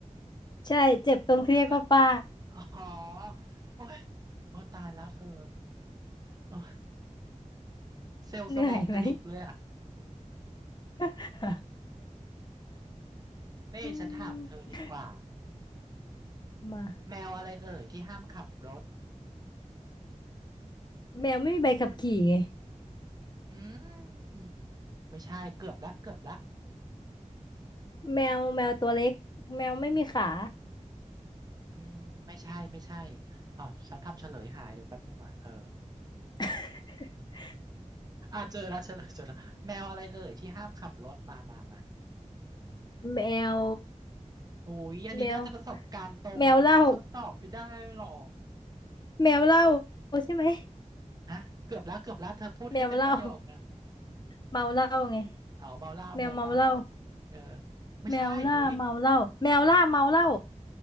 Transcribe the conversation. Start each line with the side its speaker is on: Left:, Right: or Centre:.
Left: ใช่เจ็บตรงที่เรียกว่าป้า
Right: เอ่ออ๋อโอ้ยโอ้ตายแล้วเธอโอ้ยเซลล์สมองกระดิกเลยอ่ะ
Left: เหนื่อยไหม <laughs>
Right: นี่ฉันถามเธอดีกว่า
Left: อืม มา
Right: แมวอะไรเอ่ยที่ห้ามขับรถ
Left: แมวไม่มีใบขับขี่ไง
Right: อืมไม่ใช่เกือบละเกือบละ
Left: แมวแมวตัวเล็กแมวไม่มีขา
Right: อืมไม่ใช่ไม่ใช่อ้าวฉันทำเฉลยหายเดี๋ยวแป๊บนึงว่ะเธอ
Left: <laughs>
Right: อ่าเจอแล้วเฉลยเจอแล้วแมวอะไรเอ่ยที่ห้ามขับรถมามามา
Left: แมว
Right: อุ้ยอันนี้น่าจะประสบการณ์ตรงเธอนะทดสอบไปได้หรอ
Left: แมวแมวเหล้าแมวเหล้าใช่ไหม
Right: ฮะเกือบแล้วเกือบแล้วเธอพูดให้เป็นประโยคนะ
Left: แมวเหล้าเมาเหล้าไง
Right: เอาเมาเหล้าแมวเหล้า
Left: แมวเมาเหล้า
Right: เออไม่ใช่อุ้ย
Left: แมวล่าเมาเหล้าแมวล่าเมาเหล้า